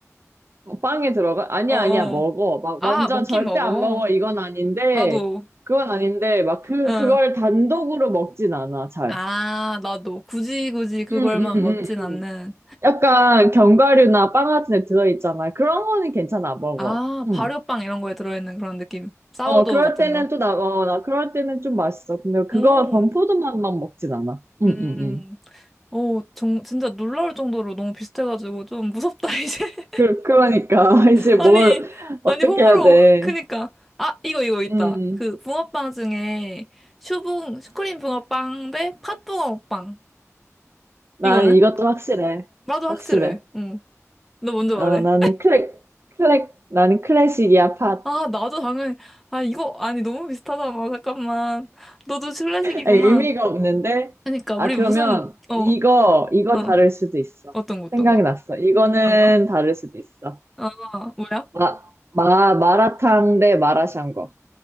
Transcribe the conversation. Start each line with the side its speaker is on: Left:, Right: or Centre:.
Right: 어, 빵에 들어가? 아니야,
Centre: 어어.
Right: 아니야, 먹어. 막
Centre: 아,
Right: 완전
Centre: 먹긴
Right: 절대
Centre: 먹어.
Right: 안 먹어. 이건 아닌데,
Centre: 나도.
Right: 그건 아닌데, 막 그,
Centre: 응.
Right: 그걸 단독으로 먹진 않아, 잘.
Centre: 아, 나도. 굳이 굳이 그걸만
Right: 응, 응, 응,
Centre: 먹진 않는.
Right: 음 약간 견과류나 빵 같은 데 들어있잖아. 그런 거는 괜찮아, 먹어.
Centre: 아,
Right: 음
Centre: 발효빵 이런 거에 들어있는 그런 느낌. 사워도우
Right: 어, 그럴
Centre: 같은
Right: 때는
Centre: 거.
Right: 또 나, 어, 나 그럴 때는 좀 맛있어. 근데 그거
Centre: 오.
Right: 범포도만만 먹진 않아. 응,
Centre: 음.
Right: 응, 응.
Centre: 오, 정, 진짜 놀라울 정도로 너무 비슷해가지고 좀 무섭다, <laughs> 이제.
Right: 그, 그러니까, <laughs> 이제 뭘,
Centre: 아니,
Right: 어떻게
Centre: 아니, 호불호.
Right: 해야 돼.
Centre: 그니까. 아, 이거, 이거 있다.
Right: 응.
Centre: 그, 붕어빵 중에, 슈붕, 슈크림 붕어빵 대 팥붕어빵.
Right: 나는
Centre: 이거는?
Right: 이것도 확실해.
Centre: 나도
Right: 확실해.
Centre: 확실해. 응. 너 먼저 말해.
Right: 아, 나는 클래, 클래, 나는 클래식이야, 팟.
Centre: 아, 나도 당연히. 아, 이거, 아니, 너무 비슷하잖아. 잠깐만. 너도 클래식이구나.
Right: 아니, 의미가 없는데?
Centre: 그니까,
Right: 아,
Centre: 우리
Right: 그러면
Centre: 무슨, 어,
Right: 이거, 이거
Centre: 어.
Right: 다를 수도 있어.
Centre: 어떤 거, 어떤
Right: 생각이
Centre: 거?
Right: 났어. 이거는
Centre: 어떤 거?
Right: 다를 수도 있어.
Centre: 아, 뭐야?
Right: 마, 마, 마라탕 대 마라샹궈.